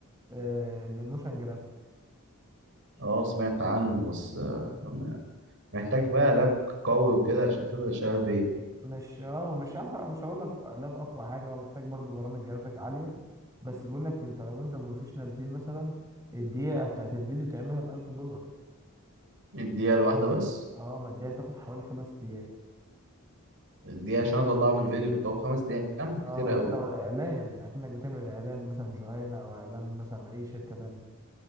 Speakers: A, on the right; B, on the right.
A: آه، الموشن جرافيك
B: اه سمعت عنه بس آه، محتاج بقى لاب قوي وكده عشان تبدأ تشتغل بيه
A: مش اه مش هح- مش هقول لك لاب اقوى حاجه هو محتاج برضو برامج جرافيك عاليه بس بيقول لك انت لو انت بروفيشنال فيه مثلا الدقيقه بتاعت الفيديو تعملها ب 1000 دولار
B: الدقيقة الواحدة بس
A: اه ما الدقيقه تاخد حوالي خمس ايام
B: الدقيقة عشان أطلعها في الفيديو طب خمس أيام
A: اه
B: كتير أوي
A: بتاخد اعلان اكنك بتعمل اعلان مثلا جهينه او اعلان مثلا اي شركه تانية